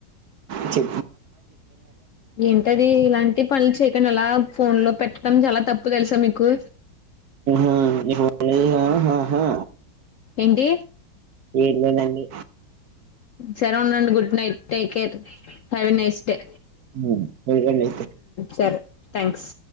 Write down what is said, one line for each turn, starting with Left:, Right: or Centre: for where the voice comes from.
Right: చె
Left: ఏంటది ఇలాంటి పనులు చేయకండా అలా ఫోన్ లో పెట్టడం చాలా తప్పు ఎప్పు తలి సమకు
Right: ఆహాప్పుా హా
Left: ఏంటి
Right: ఏం లేదండి
Left: సరే ఉండండి good night take care have a nice day
Right: ఉమ్, ఇదిగోండి
Left: సరే థ్యాంక్స్